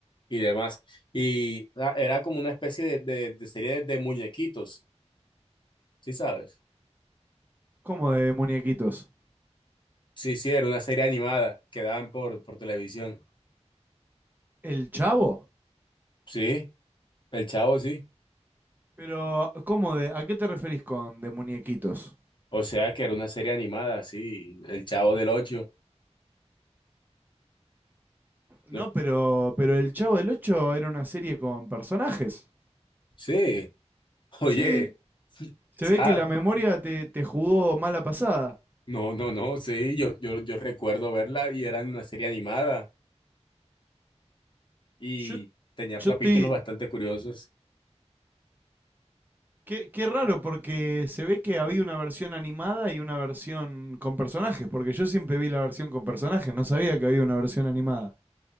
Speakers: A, on the left; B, on the right.
A: y demás. Y ah, era como una especie de, de, de serie de muñequitos, ¿sí sabes?
B: ¿Cómo de muñequitos?
A: Sí, sí, era una serie animada que daban por, por televisión.
B: ¿El Chavo?
A: Sí, el Chavo, sí.
B: Pero, ¿cómo de, a qué te referís con de muñequitos?
A: O sea que era una serie animada, sí, el Chavo del Ocho.
B: No,
A: No-
B: pero, pero El Chavo del ocho era una serie con personajes.
A: Sí, Oye,
B: Sí.
A: o
B: Se
A: sea,
B: ve que la memoria te, te jugó mala pasada.
A: no, no, no, sí, yo, yo, yo recuerdo verla y era una serie animada y
B: Yo,
A: tenía
B: yo
A: capítulos
B: estoy,
A: bastante curiosos.
B: Qué, qué raro, porque se ve que había una versión animada y una versión con personajes, porque yo siempre vi la versión con personajes, no sabía que había una versión animada.